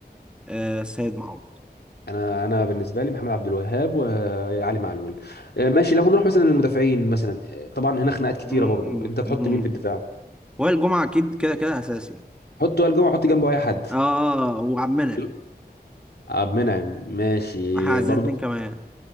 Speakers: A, in the centre; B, on the left (about 75°).
A: آه، سيد معوض
B: انا انا بالنسبه لي محمد عبد الوهاب وعلي معلول آه، ماشي لو هنروح مثلا للمدافعين مثلا آه، طبعا هنا خناقات كتيره
A: مم،
B: برضه انت تحط
A: مم.
B: مين في الدفاع
A: وائل الجمعة أكيد كده كده أساسي
B: حط وائل جمعه حط جنبه اي حد
A: آه آه، وعمنا
B: حلو. عبد المنعم ماشي
A: إحنا عايزين
B: برضه
A: اتنين كمان